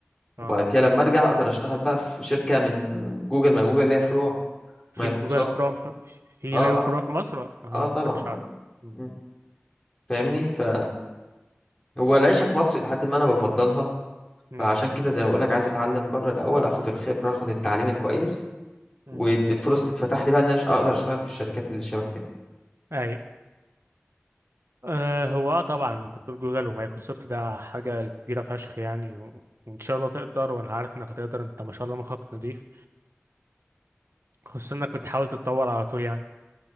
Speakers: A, on the right (about 70°); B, on the left (about 20°).
A: اه
B: وبعد كده لما ارجع اقدر اشتغل بقى في شركه من جوجل ما جوجل ليها فروع
A: في
B: مايكروسوفت
A: جوجل فروم في
B: اه
A: ليهم
B: اه
A: فروع في مصر اه ما
B: اه طبعا
A: كنتش أعرف
B: آه.
A: م-
B: م. فاهمني ف هو العيشة في مصر لحد ما أنا بفضلها
A: م-
B: فعشان كده زي ما بقولك عايز أتعلم بره الأول أخد الخبرة أخد التعليم الكويس
A: م.
B: والفرص تتفتح لي بقى إن أنا أقدر أشتغل في الشركات اللي شبه كده
A: أيوة آه هو اه طبعا انت بتقول جوجل ومايكروسوفت ده حاجة كبيرة فشخ يعني و... وان شاء الله تقدر وانا عارف انك هتقدر انت ما شاء الله مخك نضيف خصوصا انك بتحاول تتطور على طول يعني